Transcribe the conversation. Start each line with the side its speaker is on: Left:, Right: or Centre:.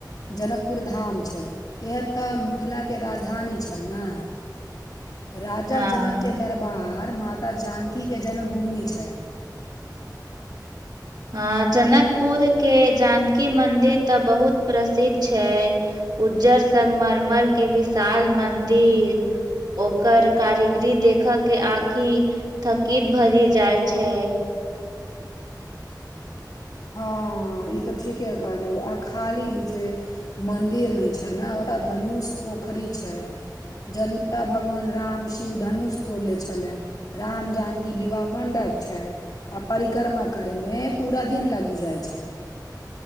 Left: जनकपुर धाम छै इएह तऽ मिथिलाके राजधानी छन न राजा
Right: हँ
Left: जनकके दरबार माता जानकीके जन्मभूमि छै
Right: हं जनकपुर के जानकी मंदिर तऽ बहुत प्रसिद्ध छै उज्जर संगमरमर के विशाल मन्दिर ओकर कारीगरी देख के आंखि थकित भरी जाय छै
Left: हँ ई तऽ ठीके कहलहुँ आ खाली जे मन्दिर नइ छै छै न ओत धनुष पोखरी छै जनता भगवान राम शिव धनुष तोड़ले छलय रामजानकी विवाह मंडप छै आ परिक्रमा करे में पूरा दिन लगे ई जाइ छै